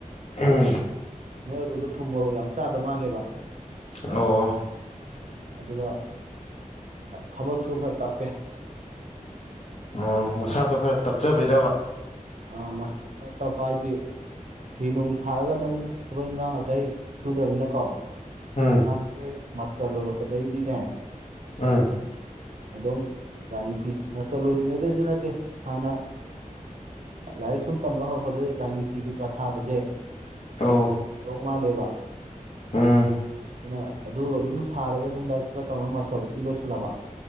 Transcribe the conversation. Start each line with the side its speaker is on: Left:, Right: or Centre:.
Left: ꯎꯝ
Right: ꯃꯣꯏ ꯑꯗꫭꯝꯗ ꯊꯨꯝ ꯃꯣꯔꯣꯛ ꯌꯥꯝ ꯆꯥꯗ ꯃꯥꯜꯂꯦꯕ
Left: ꯑꯣ
Right: ꯑꯗꯨꯒ ꯊꯕꯛꯁꯨ ꯈꯔ ꯇꯞꯄꯦ
Left: ꯑꯣ ꯃꯁꯥꯗꯣ ꯈꯔ ꯇꯞꯆꯕꯤꯔꯕ
Right: ꯑ ꯃꯁ ꯇꯞꯄ ꯍꯥꯏꯗꯤ ꯐꯤ ꯅꯨꯡ ꯁꯥꯔꯒ ꯑꯗꯨꯝ ꯊꯕꯛ ꯏꯟꯈꯥꯡ ꯑꯇꯩ ꯁꯨꯗ꯭ꯔꯅꯤꯅꯀꯣ
Left: ꯎꯝ
Right: ꯃꯥ ꯃꯥꯁꯇꯔ ꯂꯣꯏꯔꯛꯄꯗꯩꯗꯤꯅꯦ
Left: ꯑꯝ
Right: ꯑꯗꯨꯝ ꯔꯥꯅꯤ ꯐꯤ ꯃꯁꯜ ꯂꯣꯏꯗ꯭ꯔꯤꯉꯩꯗꯁꯨ ꯅꯠꯇꯦ ꯍꯥꯟꯅ ꯂꯥꯏꯔꯤꯛ ꯁꯨꯝ ꯇꯝꯕ ꯍꯧꯔꯛꯄꯗꯒꯤꯩ ꯔꯥꯅꯤ ꯐꯤ ꯀꯩꯀꯥ ꯁꯥꯕꯁꯦ
Left: ꯑꯣ
Right: ꯑꯗꯨ ꯇꯧꯔꯛ ꯃꯥꯜꯂꯦꯕ
Left: ꯑ <unintelligible> <inaudible>
Right: ꯑꯗꯨꯅ ꯑꯗꯨ ꯑꯗꯨꯝ ꯁꯥꯔꯒ ꯑꯗꯨꯝ ꯂꯥꯏꯔꯤꯛ ꯈꯔ ꯈ ꯇꯧꯝꯕꯇꯕꯨꯛꯇꯤ ꯂꯣꯏꯁꯜꯂꯕ